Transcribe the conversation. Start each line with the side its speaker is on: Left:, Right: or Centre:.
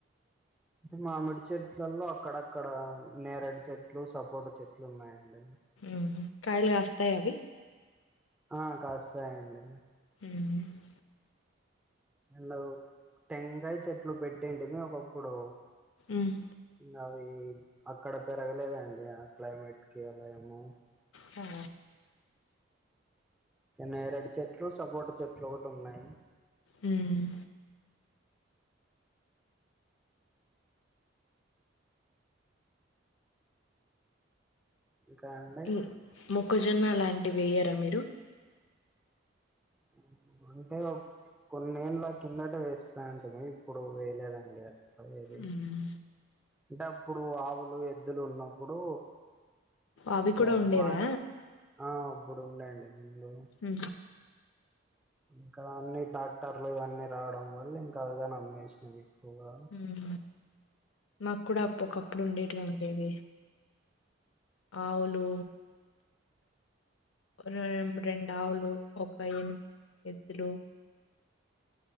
Centre: అంటే మామిడి చెట్లల్ల అక్కడక్కడ నేరేడు చెట్లు సపోట చెట్లు ఉన్నాయండి
Left: ఉమ్ హు కాయల్ గాస్తాయ అవి
Centre: ఆ కాస్తాయండి
Left: ఉమ్ హు
Centre: హలో టెంగల్ చెట్లు పెట్టింటి మీ ఒకప్పుడు
Left: ఉమ్
Centre: ఇంగవి అక్కడ పెరగలేదండి ఆ క్లైమేట్ కి అల ఎమో
Left: హా
Centre: నేరేడు చెట్లు సపోట చెట్లు ఒకటున్నయ్
Left: ఉమ్
Centre: ఇంకా అన్
Left: ఇన్ మొక్కజొన్న లాంటివి వెయ్యరా మీరు
Centre: <unintelligible> కొన్నేండ్ల కిందట వేస్తాంటిమి ఇప్పుడు వేయ్లేదండి అట్ల ఇది
Left: మ్మ్.
Centre: అంటే అప్పుడు ఆవులు ఎద్దులు ఉన్నప్పుడు
Left: అవి
Centre: ఇట్లా
Left: కూడా ఉండేవా
Centre: వాట్ ఆ అప్పుడు ఉండే అండి ముందూ
Left: ఊ
Centre: ఇంక అన్ని ట్రాక్టర్లు ఇయన్నీ రావడం వల్ల ఇంకా అవిగని అమ్మేశ్నా ఎక్కువగా
Left: ఉమ్ మాకు కూడా అప్పు ఒకప్పుడు ఉండేటియి ఉండేవి ఆవులు రెం రెండు ఆవులు ఒక ఎని ఎద్దులు